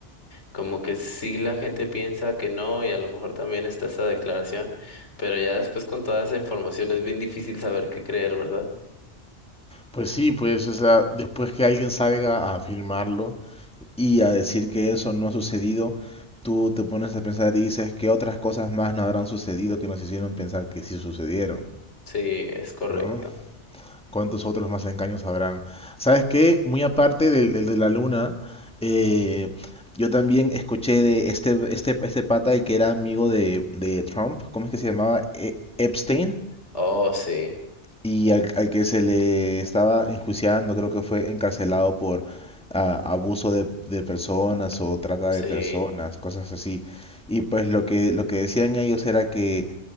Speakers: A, on the left; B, in the centre.
A: como que sí la gente piensa que no y a lo mejor también está esa declaración, pero ya después con toda esa información es bien difícil saber qué creer, ¿verdad?
B: Pues sí, pues, o sea, después que alguien salga a afirmarlo y a decir que eso no ha sucedido, tú te pones a pensar y dices que otras cosas más no habrán sucedido que nos hicieron pensar que sí sucedieron,
A: Sí, es correcto.
B: ¿no? ¿Cuántos otros más engaños habrán? ¿Sabes qué? Muy aparte del, del de la luna, eh, yo también escuché de este, este, este pata el que era amigo de, de Trump, ¿cómo es que se llamaba? E- Epstein.
A: Oh, sí,
B: y al, al que se le estaba enjuiciando, creo que fue encarcelado por ah, abuso de, de personas o trata
A: sí,
B: de personas, cosas así. Y pues lo que, lo que decían ellos era que